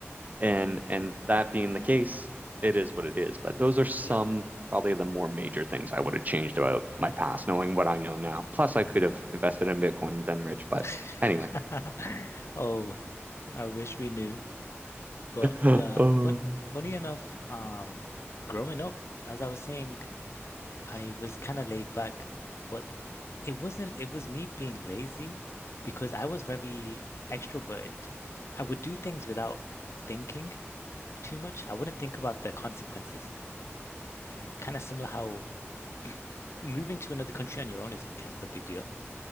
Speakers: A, on the right; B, on the left.
A: And and that being the case, it is what it is. But those are some
B: yeah.
A: probably the more major things I would have changed about
B: Yeah.
A: my past, knowing what I know now. Plus,
B: Yeah.
A: I could have invested in Bitcoin and been rich. But
B: <laughs>
A: anyway,
B: Oh, I wish we knew. But
A: <laughs>
B: yeah,
A: <gasps> uh,
B: fun, funny enough, um, growing up, as I was saying, I was kind of laid back, but it wasn't, it was me being lazy because I was very extroverted. I would do things without thinking too much. I wouldn't think about the consequences. Mm, kind of similar how <clears throat> moving to another country on your own is kind of a big deal